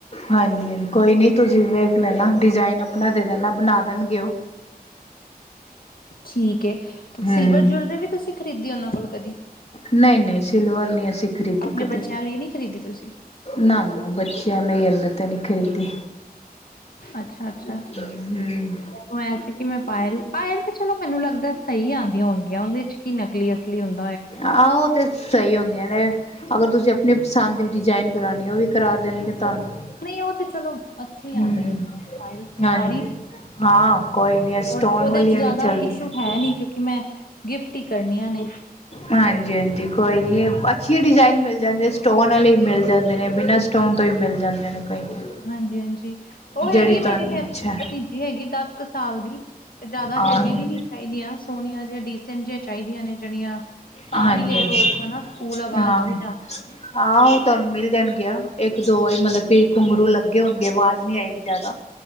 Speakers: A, on the left; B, on the left.
A: ਹਾਂਜੀ, ਕੋਈ ਨਹੀ ਤੁਸੀ ਵੇਖ ਲੈਣਾ ਡਿਜ਼ਾਇਨ ਆਪਣਾ ਦੇ ਦੇਣਾ, ਬਣਾ ਦੇਣਗੇ ਉਹ।
B: ਠੀਕ ਏ, ਤੇ
A: ਹੂੰ
B: ਸਿਲਵਰ ਜਿਊਲਰੀ ਵੀ ਤੁਸੀ ਖਰੀਦੀ ਉਹਨਾ ਕੋਲ, ਕਦੀ-
A: ਨਹੀ- ਨਹੀ, ਸਿਲਵਰ ਨਹੀ ਅਸੀ ਖਰੀਦੀ
B: ਆਪਣੇ
A: ਕਦੇ-
B: ਬੱਚਿਆਂ ਲਈ ਨਹੀਂ ਖ਼ਰੀਦੀ ਤੁਸੀਂ
A: ਨਾ- ਨਾ, ਬੱਚਿਆਂ ਲਈ ਹਲੇ ਤਾਂ ਨਹੀਂ ਖਰੀਦੀ
B: ਅਛਾ- ਅਛਾ
A: ਹੂੰ
B: ਮੈਨੂੰ ਐ ਸੀ ਕਿ ਮੈ ਪਾਇਲ- ਪਾਇਲ ਤੇ ਚਲੋ ਮੈਨੂੰ ਲਗਦਾ। ਸਹੀ ਆਉਂਦੀਆਂ ਹੋਣਗੀਆਂ, ਉਹਦੇ 'ਚ ਕੀ ਨਕਲੀ ਅਸਲੀ ਹੁੰ
A: ਆਹੋ ਤੇ ਸਹੀ ਹੁੰਦੀਆਂ ਨੇ, ਅਗਰ ਤੁਸੀਂ ਆਪਣੀ ਪਸੰਦ ਦੀ ਡਿਜਾਇਨ ਕਰਾਉਣੀ, ਉਹ ਵੀ ਕਰਾ ਦੇਣਗੇ ਤੁਹਾਨੂੰ
B: ਨਹੀ ਉਹ ਤੇ ਚਲੋ, ਅੱਛੇ ਹੀ
A: ਹੂੰ
B: ਆਉਦੇ ਨੇ- ਸਾਰੀ,
A: ਹਾਂਜੀ ਹਾਂ ਕੋਈ ਨੀ ਸਟੋਨ
B: ਉਹਦੇ
A: ਵਾਲੀਆਂ
B: 'ਚ ਜਿਆਦਾ
A: ਵੀ ਚੱਲਦੀਆਂ
B: ਇਸ਼ੂ
A: ਨੇ।
B: ਹੈ। ਨੀ ਚੁ- ਕਿ ਮੈਂ, ਗਿਫਟ ਹੀ ਕਰਨੀਆਂ ਨੇ।
A: ਹਾਂਜੀ- ਹਾਂਜੀ ਕੋਈ ਨਹੀਂ, ਅੱਛੇ ਡਿਜ਼ਾਇਨ ਮਿਲ ਜਾਂਦੇ, ਸਟੋਨ ਵਾਲੇ ਮਿਲ ਜਾਂਦੇ ਨੇ, ਬਿਨਾਂ ਸਟੋਨ ਤੋਂ ਹੀ ਮਿਲ ਜਾਂਦੇ ਨੇ ਕਈ ਤਾਂ
B: ਹਾਂਜੀ -ਹਾਂਜੀ, ਉਹ ਹੈਗੀ
A: ਜਿਹੜੀ
B: ਮੇਰੀ
A: ਤੁਹਾਨੂੰ ਇੱਛਾ
B: ਭਤੀਜੀ ਹੈਗੀ, ਦਸ ਕੁ ਸਾਲ ਦੀ ਜ਼ਿਆਦਾ
A: ਹਾਂਜੀ
B: ਹੈਵੀ ਵੀ ਨਹੀਂ ਚਾਹੀਦੀਆਂ, ਸੋਹਣੀਆਂ ਜਿ ਡੀਸੈਂਟ ਜਿ ਚਾਹੀਦੀਆਂ ਨੇ ਜਿਹੜੀਆਂ ਪਾ
A: ਹਾਂਜੀ-
B: ਵੀ ਲੇ
A: ਹਾਂਜੀ
B: ਰੋਜ਼ ਹਨਾ ਸਕੂਲ ਆਵਾਜ਼
A: ਹਾਂ,
B: ਵੀ ਨਾ ਆਏ।
A: ਹਾਂ ਉਹ ਤੁਹਾਨੂੰ ਮਿਲ ਜਾਣਗੀਆਂ। ਇੱਕ ਦੋ ਹੀ ਮਤਲਬ ਕਿ ਘੁੰਘਰੂ ਲੱਗੇ ਹੋਣਗੇ ਆਵਾਜ਼ ਨੀ ਆਏਗੀ ਜ਼ਿਆਦਾ